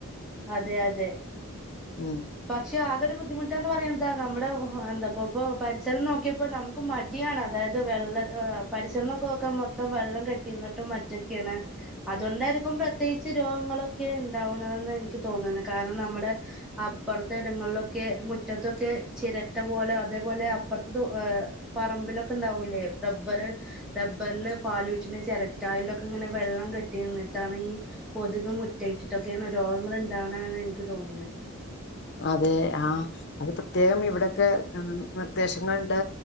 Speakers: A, in the centre; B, on the left (about 55°).
A: അതെ അതെ
B: ഉം
A: പക്ഷെ ഒരു ബുദ്ധിമുട്ട്ന്ന് പറയണത് നമ്മുടെ എന്താ ഇപ്പൊ പരിസരം നോക്കിയപ്പോ നമ്മുക്ക് മടിയാണ് അതായത് വെള്ളം പരിസരം നോക്കുമ്പോ ഒക്കെ മൊത്തം വെള്ളം കെട്ടിനിന്നിട്ടും മറ്റും ഒക്കെ ആണ് അത്‌ കൊണ്ടായിരിക്കും പ്രതേകിച്ചു രോഗങ്ങൾ ഒക്കെ ഉണ്ടാവ്ണതെന്ന എനിക്ക് ക്ക് തോന്നുണത് കാരണം നമ്മുടെ അപ്പുറത്തെ ഇടങ്ങളില്ഒക്കെ മുറ്റതൊക്കെ ചിരട്ടപോലെ അതെ പോലെ അപ്പുറത്തെ തോ <unintelligible> പറമ്പിലൊക്കെ ലൊക്കെ ഉണ്ടാവൂലെ റബ്ബറ് റബ്ബറിന് പാല് ഊറ്റ്ണ ചെരട്ട അയിലൊക്കെ ഇങ്ങനെ വെള്ളം കെട്ടിനിന്നിട്ടാണ് കൊതുക് മുട്ടഇട്ടിട്ടൊക്കെ ആണ് രോഗങ്ങൾ ഉ ഉണ്ടാവുന്നത് എന്നാണ് ഇന്ക് തോന്നുന്നത്
B: അതെ ആ അത്‌ പ്രത്യേകം ഇവിടൊക്കെ നിർദ്ദേശങ്ങള് ഇണ്ട്